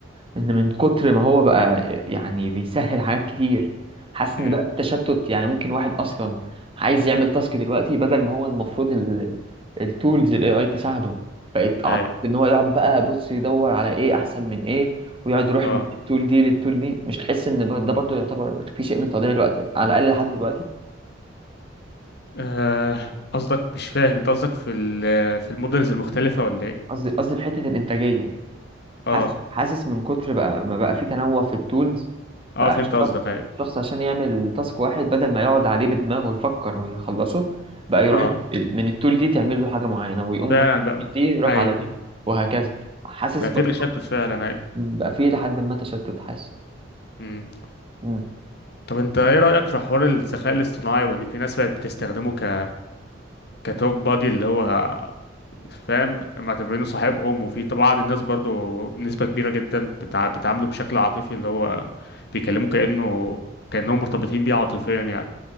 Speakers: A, on the right; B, on the left.
A: ان من كتر ما هو بقى يعني بيسهل حاجات كتير حاسس
B: امم
A: ان بقى في تشتت يعني ممكن واحد اصلا عايز يعمل تاسك دلوقتي بدل ما هو المفروض التولز الاي اي تساعده بقيت اعتقد
B: اي
A: ان هو يقعد بقى بص يدور على ايه احسن من ايه ويقعد يروح
B: اه
A: من التول دي للتول دي مش تحس ان بر- ده برضو يعتبر في شيء من تضييع الوقت على الاقل لحد دلوقتي
B: آه، قصدك مش فاهم انت قصدك في ال في المودلز المختلفه ولا ايه
A: قصدي قصدي في حتة الانتاجية
B: اه
A: حاسس حاسس من كتر بقى ما بقى في تنوع في التولز
B: اه
A: بقى
B: فهمت
A: الشخص
B: قصدك اي
A: الشخص عشان يعمل تاسك واحد بدل ما يقعد عليه بدماغه ويفكر ويخلصه بقى يروح
B: اه
A: الت- من التول دي تعمل له حاجة معينة ويقوم
B: فعلا بقى
A: من دي يروح
B: ايوه
A: على دي وهكذا حاسس
B: بقى
A: برضه
B: في تشتت فعلا اي
A: بقى في لحد ما تشتت حاسس
B: امم
A: مم.
B: طب انت ايه رايك في حوار الذكاء الاصطناعي وان في ناس بقت بتستخدمه ك كتوك بادي اللي هو فاهم معتبرينه صاحبهم وفي طب- بعض الناس برضو نسبة كبيرة جدا بتع... بتعامله بشكل عاطفي اللي هو بيكلمه كأنه كأنهم مرتبطين بيه عاطفيا يعني ايه